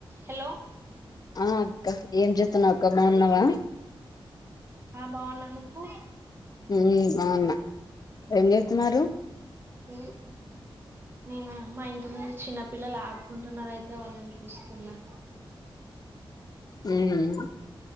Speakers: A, on the right; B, on the left.
A: Hello
B: ఆ అక్క ఏం చేస్తున్నావ్ అక్క బాగున్నావా
A: ఆ బాగున్నా నువ్వు
B: ఉ బావుగున్న ఏం చేస్తున్నారు
A: నేం నేనా మా ఇంటి నుండి చిన్న పిల్లలు ఆడుకుంటున్నారు అయితే వాళ్ళని చూస్తున్న
B: ఉమ్